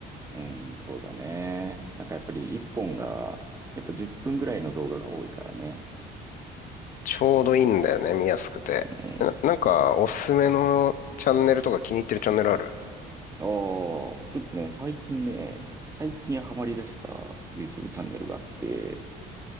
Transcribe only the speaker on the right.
うん、そうだね。なんかやっぱり一本が、やっぱ10分ぐらいの動画が多いからね。
うん。
おー、ちょっとね、最近ね、最近ハマり出した YouTube チャンネルがあって、